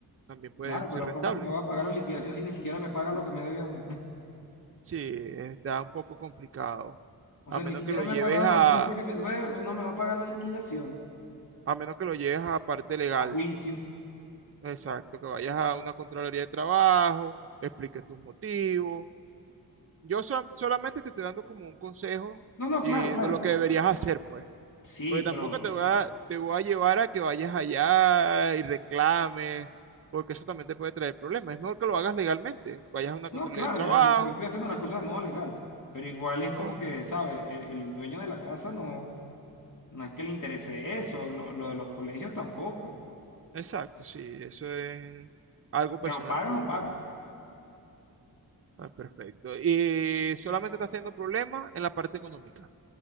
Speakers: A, on the right (about 35°); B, on the left (about 50°).
A: También puede
B: Claro,
A: ser
B: pero
A: rentable.
B: ¿cómo me va a pagar la liquidación si ni siquiera me paga lo que me debe aún?
A: Sí, está un poco complicado.
B: O
A: A
B: sea,
A: menos
B: ni siquiera
A: que lo
B: me
A: lleves
B: ha pagado
A: a,
B: los dos meses que me debe, me- no me va a pagar la liquidación,
A: a menos que lo lleves a parte legal.
B: a juicio.
A: Exacto, que vayas a una contraloría de trabajo, expliques tus motivos Yo so- solamente te estoy dando como un consejo
B: No, no,
A: eh,
B: claro, claro.
A: de lo que deberías hacer, pues.
B: Sí,
A: Porque tampoco
B: pero...
A: te voy a, te voy a llevar a que vayas allá y reclames, porque eso también te puede traer problemas. Es mejor que lo hagas legalmente. Vayas a una
B: No,
A: controlía
B: claro,
A: de trabajo.
B: yo, yo estoy haciendo las cosas de modo legal, pero igual es como
A: o-
B: que, ¿sabes? El, el dueño de la casa no, no es que le interese eso, lo, lo de los colegios tampoco. O
A: exacto, sí, eso es algo personal
B: sea, o pagas
A: tuyo.
B: o pagas.
A: Ah, perfecto. ¿Y solamente estás teniendo problemas en la parte económica?